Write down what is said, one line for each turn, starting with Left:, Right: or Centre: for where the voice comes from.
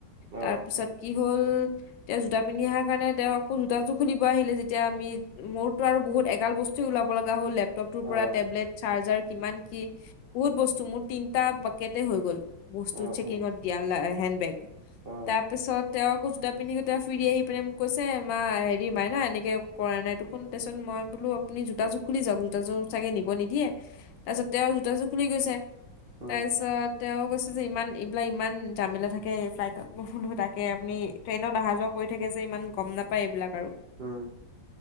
Right: অ',
Left: তাৰপিছত কি হ'ল তেওঁ জোতা পিন্ধি অহাৰ কাৰণে তেওঁ আকৌ জোতাটো খুলিব আহিলে যেতিয়া আমি মোৰতো আৰু বহুত এগাল বস্তু ওলাব লগা হ'ল লেপটপটোৰ
Right: অ',
Left: পৰা টেবলেট চাৰ্জাৰ কিমান কি বহুত বস্তু মোৰ তিনটা বাকেটে হৈ গ'ল বস্তু
Right: অ',
Left: চেকিঙত
Right: অ',
Left: জ্ঞান লা হেড বেগ
Right: অ',
Left: তাৰপিছত তেওঁক কৈছোঁ জোতা পিন্ধিগোটেই ফুৰি আহি পিনে মোক কৈছে মা হেৰি মাইনা এনেকে কৰা নাই ত শুন তাৰপিছত মই বোলো আপুনি জোতাযোৰ খুলি যাওক জোতাৰ চাগে নিব নিদিয়ে। তাৰপিছত তেওঁৰ জোতাযোৰ খুলি গৈছে,
Right: উম,
Left: তাৰপিছত তেওঁ কৈ যে ইমান এইবিলাক ইমান জামেলা থাকে ফ্লাইটত মই বোলো তাকে আপুনি ট্ৰেইনত আহা যোৱা কৰি থাকে যে ইমান গম নাপায় এইবিলাক আৰু।
Right: উম।